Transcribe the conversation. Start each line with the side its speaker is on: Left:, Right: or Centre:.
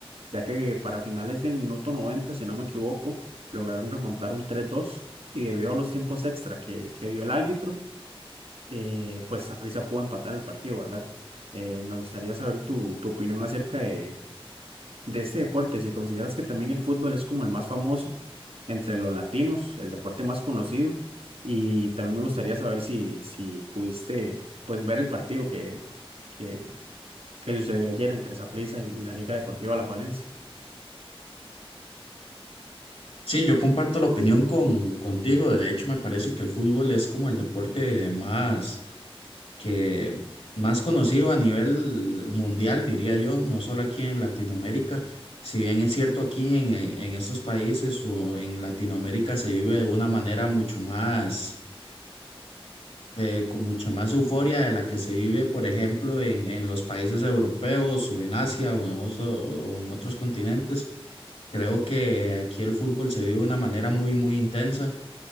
Right: ya que para finales del minuto 90, si no me equivoco, lograron remontar un 3-2 y debido a los tiempos extra que, que dio el árbitro, eh, pues Saprissa pudo empatar el partido, ¿verdad? Eh, me gustaría saber tu, tu opinión acerca de, de este deporte, si consideras que también el fútbol es como el más famoso entre los latinos, el deporte más conocido, y también me gustaría saber si, si pudiste pues ver el partido que, que, que sucedió ayer entre Saprissa y, y la Liga Deportiva Alajuelense.
Left: Sí, yo comparto la opinión con, contigo. De hecho, me parece que el fútbol es como el deporte más que más conocido a nivel mundial, diría yo, no solo aquí en Latinoamérica. Si bien es cierto aquí en, en en estos países o en Latinoamérica se vive de una manera mucho más, eh, con mucha más euforia de la que se vive, por ejemplo, en, en los países europeos o en Asia o en, oso- o en otros continentes. Creo que aquí el fútbol se vive de una manera muy, muy intensa